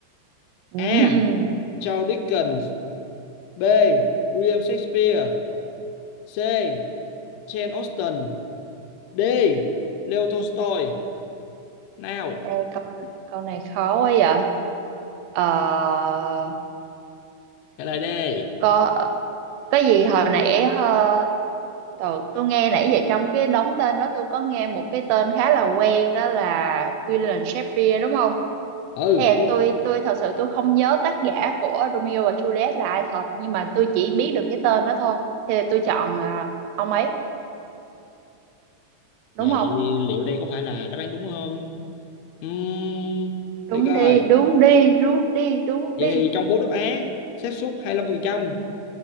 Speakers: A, on the right; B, on the left.
A: Ừm,
B: A. Charles Dickens, B. William Shakespeare, C. Jane Austen, D. Leo Tolstoy. Nào,
A: ê, câu, câu này khó quá vậy ờ
B: trả lời đi.
A: có có gì hồi nãy ờ, tôi, tôi nghe nãy giờ trong cái đống tên đó tôi có nghe một cái tên khá là quen đó là William Shakespeare đúng không?
B: Ừ,
A: Ê,
B: có
A: tôi tôi thật sự tôi không nhớ tác giả của Romeo và Juliet là ai thật nhưng mà tôi chỉ biết được cái tên đó thôi. Thì tôi chọn à, ông ấy đúng
B: Vậy
A: không?
B: liệu đây có phải là đáp án đúng không? Uhm,
A: Đúng
B: để coi.
A: đi, đúng đi, đúng đi, đúng
B: Vậy
A: đi.
B: thì trong bốn đáp án, xác suất hai mươi lăm phần trăm